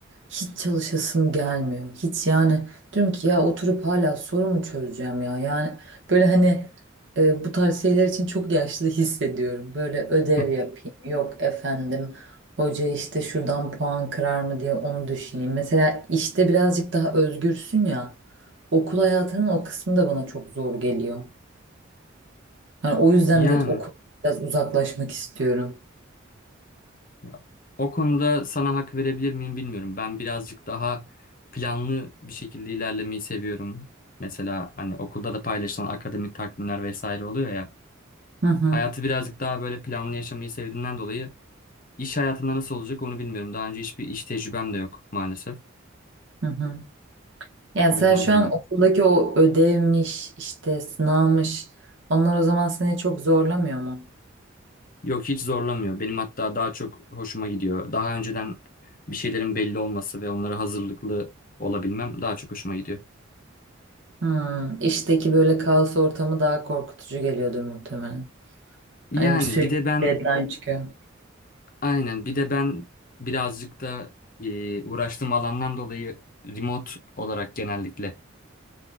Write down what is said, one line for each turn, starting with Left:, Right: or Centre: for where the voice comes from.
Right: Hiç çalışasım gelmiyor. Hiç yani diyorum ki ya oturup hala soru mu çözeceğim ya? Yani böyle hani e, bu tarz şeyler için çok yaşlı hissediyorum. Böyle ödev
Left: <laughs>
Right: yapayım. Yok efendim hoca işte şuradan puan kırar mı diye onu düşüneyim. Mesela işte birazcık daha özgürsün ya. Okul hayatının o kısmı da bana çok zor geliyor. Hani o yüzden
Left: Yani.
Right: de okul biraz uzaklaşmak istiyorum.
Left: Ya, o konuda sana hak verebilir miyim bilmiyorum. Ben birazcık daha planlı bir şekilde ilerlemeyi seviyorum. Mesela hani okulda da paylaşılan akademik takvimler vesaire oluyor ya.
Right: Hı hı,
Left: Hayatı birazcık daha böyle planlı yaşamayı sevdiğimden dolayı iş hayatında nasıl olacak onu bilmiyorum. Daha önce hiçbir iş tecrübem de yok maalesef.
Right: hı hı. Yani
Left: O
Right: sen
Left: yüzden
Right: şu
Left: bilemiyorum.
Right: an okuldaki o ödevmiş, işte sınavmış. Onlar o zaman seni çok zorlamıyor mu?
Left: Yok hiç zorlamıyor. Benim hatta daha çok hoşuma gidiyor. Daha önceden bir şeylerin belli olması ve onlara hazırlıklı olabilmem daha çok hoşuma gidiyor.
Right: Hmm, işteki böyle kaos ortamı daha korkutucu geliyordur muhtemelen.
Left: Yani
Right: Hani bir sürekli
Left: bir de ben
Right: deadline çıkıyor.
Left: Aynen. Bir de ben birazcık da e, uğraştığım alandan dolayı remote olarak genellikle